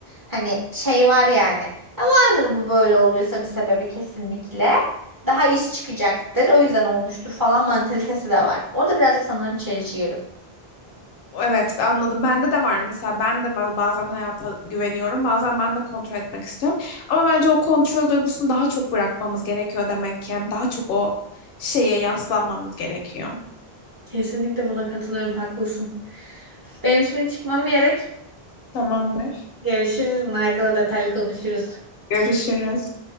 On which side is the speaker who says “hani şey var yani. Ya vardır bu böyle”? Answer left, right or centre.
Right